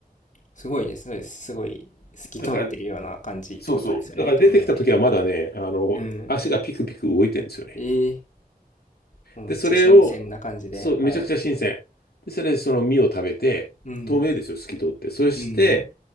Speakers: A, on the left; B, on the left.
A: すごいです。そうです。すごい透き通ってるような感じってことですよね。
B: だから、そうそう。だから出てきた時はまだね、
A: 透明で。
B: あの、
A: うん。
B: 足がピクピク動いてるんですよね。
A: ええもうめっちゃ新鮮な感じで、
B: で、それを、そう、
A: はい。
B: めちゃくちゃ新鮮。
A: ね
B: で、それでその身を食べて、
A: うん。
B: 透明ですよ、透き通って。そして、
A: うん。